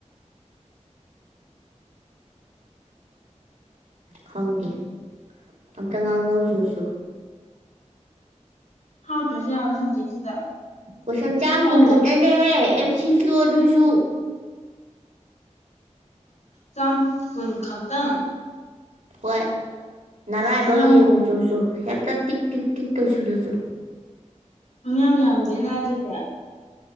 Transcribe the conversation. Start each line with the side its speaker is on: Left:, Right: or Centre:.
Right: ꯈꯪꯗꯦ ꯑꯝꯇ ꯉꯥꯡ ꯅꯧꯖꯨꯁꯨ
Left: ꯍꯥꯞꯇ꯭ꯔꯁꯨ ꯌꯥꯕ ꯁꯕꯖꯦꯛꯁꯤꯗ
Right: ꯀꯣꯏꯁꯟ ꯆꯥꯝ ꯀꯨꯟ
Left: ꯑꯩꯅ
Right: ꯈꯛꯇꯅꯦꯍꯦ ꯑꯦꯝ ꯁꯤ ꯀ꯭ꯌꯨ ꯑꯗꯨꯁꯨ
Left: ꯆꯥꯝ ꯀꯨꯟ ꯈꯛꯇꯪ
Right: ꯍꯣꯏ ꯅꯔꯥꯏꯕꯛ
Left: ꯄꯪꯌꯥꯝ
Right: ꯌꯦꯡꯉꯨ ꯆꯔꯁꯨ ꯍꯦꯛꯇ ꯇꯤꯛ ꯇꯤꯛ ꯇꯤꯛ ꯇꯧꯁꯜꯂꯨꯁꯨ
Left: ꯪ ꯌꯥꯝ ꯌꯥꯝꯗꯦꯅ ꯑꯗꯨꯗꯤ